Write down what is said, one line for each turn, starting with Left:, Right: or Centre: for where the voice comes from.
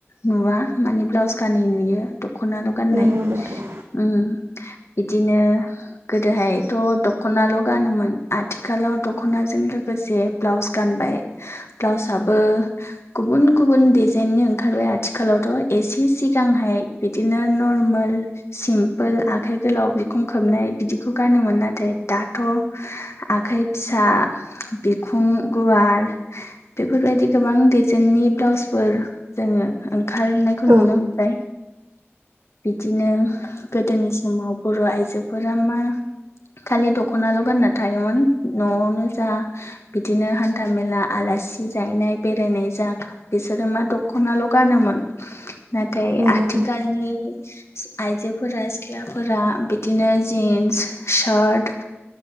Left: नुवा माने ब्लाउस गानै नुयो दख'नाल' गाननाय
Right: नंगौ नोंथां
Left: उम इदिनो गोदोहायथ' दख'नाल' गानोमोन आथिखालाव दख'नाजों लोगोसे ब्लाउस गानबाय ब्लाउसाबो गुबुन- गुबुन डजाइननि ओंखारबाय आथिखालावथ' एसे सिगांहाय बिदिनो नर्मेल सिमपोल आखाइ गोलाव बिखुं खोबनाय बिदिखौ गानोमोन नाथाय दाथ' आखाइ फिसा बिखुं गुवार बेफोर बायदि गोबां डजाइननि ब्लाउसफोर जोङो ओंखारनायखौ
Right: औ
Left: नुनो मोनबाय। बिदिनो गोदोनि समाव बर' आइजोफोरा मा खालि दख'नाल' गानना थायोमोन न'आवनो जा बिदिनो हानथा मेला आलासि जाहैनाय बेरायनाय जाख बिसोरो मा दख'नाल' गानोमोन। नाथाय
Right: नंगौ
Left: आथिखालनि आइजोफोरा सिख्लाफोरा बिदिनो जिन्स, सार्ट